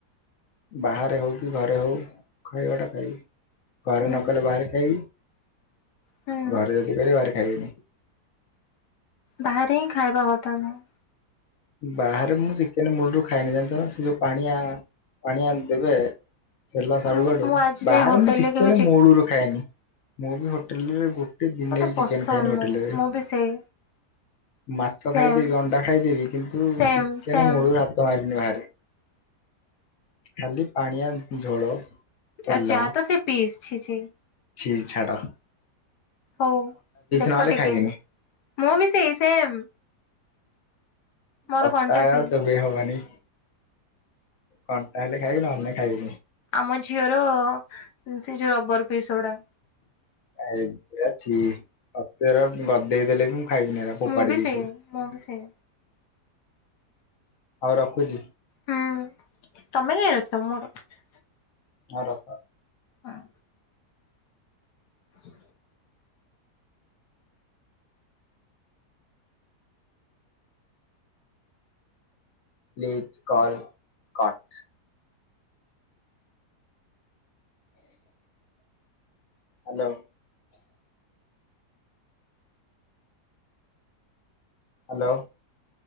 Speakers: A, on the left (about 60°); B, on the left (about 75°).
A: ବାହାରେ ହଉ କି ଘରେ ହଉ ଖାଇବାଟା ଖାଇବି ଘରେ
B: ହୁଁ
A: ନ କଲେ ବାହାରେ ଖାଇବି
B: ହୁଁ
A: ଘରେ ଯଦି କରିବେ ବାହାର ଖାଇବେନି
B: ବାହରେ ହଁ ଖାଇବାକଥା ନୁହେଁ
A: ବାହାରେ ମୁଁ ଚିକେନ ମୂଲରୁ ଖାଇନି ଜାଣିଛ ନା ସେ ଯୋଉ ପାଣିଆ ପାଣିଆ ଦେବେ ସେଲା ସଡୁ
B: ମୁଁ
A: ବାଡୁ
B: ଆଜି
A: ବାହାରେ
B: ଯାଏ ହୋଟେଲରେ
A: ମୁଁ ଚିକେନ
B: କେବେ
A: ମୁଳୁରୁ ଖାଏନି ମୁ ବି ହୋଟେଲରେ ଗୋ ଗୋଟେ ଦିନେ
B: ମତେ
A: ବି
B: ପସନ୍ଦ
A: ଚିକେନ ଖାଇନି ହୋଟେଲରେ।
B: ନୁହଁ ମୁଁ ବି ସେଇ
A: ମାଛ
B: ସେମ୍
A: ଖାଇଦେବି, ଅଣ୍ଡା ଖାଇଦେବି, କିନ୍ତୁ
B: ସେମ୍
A: ଚିକେନ
B: ସେମ୍
A: ମୁଳୁ ହାତ ମାରିନି ବାହାରେ। ଖାଲି ପାଣିଆ ଝୋଳ। ତେଲ
B: ଆଉ ଚା ତ ସେ ପିସଛି ଛି ଛି।
A: ଛି ଛାଡ଼।
B: ହଉ ଦେଖ
A: ନହେଲେ
B: ଟିକେ।
A: ଖାଇବିନି।
B: ମୁଁ ବି ସେଇ ସେମ୍। ମୋର
A: ସପ୍ତାହ
B: କଣ୍ଟା ପିସ୍
A: ଚଲେଇ ହବନି। କଣ୍ଟା ହେଲେ ଖାଇବି ନହେଲେ ନାଇଁ ଖାଇବିନି।
B: ଆମ ଝିଅର ସେଇ ଯୋଉ ରବର ପିସ ଗୁଡ଼ା।
A: ଏ ଏରା ଛି! ମତେ ଏରା ଗଦେଇ ଦେଲେ ବି ମୁଁ ଖାଇବିନି ଏରା। ଫୋପାଡ଼ି
B: ମୁଁ ବି
A: ଦେବି
B: ସେଇ
A: ସବୁ।
B: ମୁଁ ବି ସେଇ
A: ହୋଉ ରଖୁଛି।
B: ହୁଁ ତମେ କାଇଁ ରଖିବ ମୁଁ ରଖୁଛି।
A: ହଁ ରଖ।
B: ହଁ। <inaudible>
A: Please call cut. Hello. Hello.